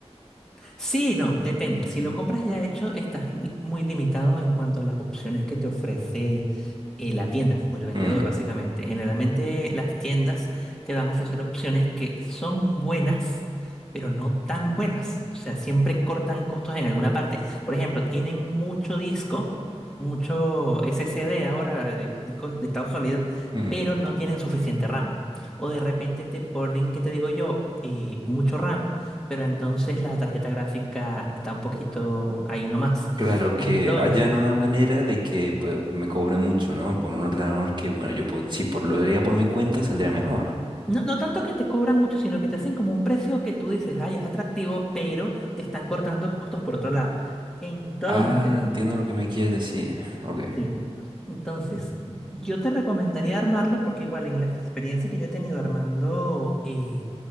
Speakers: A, in the centre; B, on the right (about 45°).
A: Sí, no, depende. Si lo compras ya hecho, estás li- muy limitado en cuanto a las opciones que te ofrece eh, la tienda o el vendedor,
B: Mm,
A: básicamente. Generalmente las tiendas te van a ofrecer opciones que son buenas, pero no tan buenas. O sea, siempre cortan costos en alguna parte. Por ejemplo, tienen mucho disco, mucho SSD ahora, de- discos de estado sólido,
B: mm.
A: pero no tienen suficiente RAM. O de repente te ponen, ¿qué te digo yo? Eh, mucho RAM pero entonces la tarjeta gráfica está un poquito ahí nomás.
B: Claro que
A: Entonces,
B: hayan una manera de que pues, me cobren mucho, ¿no? Por un ordenador que, bueno, yo po- si por, lo haría por mi cuenta saldría mejor.
A: no, no tanto que te cobran mucho, sino que te hacen como un precio que tú dices, ay, es atractivo, pero te están cortando costos por otro lado. Entonces,
B: Ah, entiendo lo que me quieres decir. Ok.
A: sí. Entonces, yo te recomendaría armarlo porque igual en la experiencia que yo he tenido armando eh,